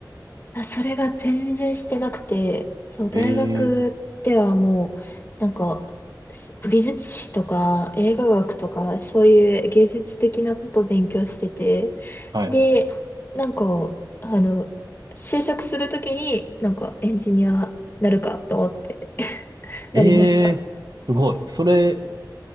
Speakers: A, on the left; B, on the right.
A: あ、それが全然してなくて、そう、大学ではもう、
B: ええ、
A: なんか、す美術史とか映画学とか、そういう芸術的なことを勉強してて、
B: はい。
A: で、なんか、あの、就職するときに、なんかエンジニアなるかと思って <laughs> なりました。
B: ええ、すごい。それ、